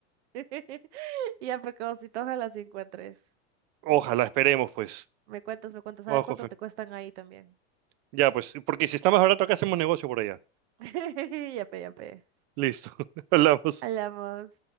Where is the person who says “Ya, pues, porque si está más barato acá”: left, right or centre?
Right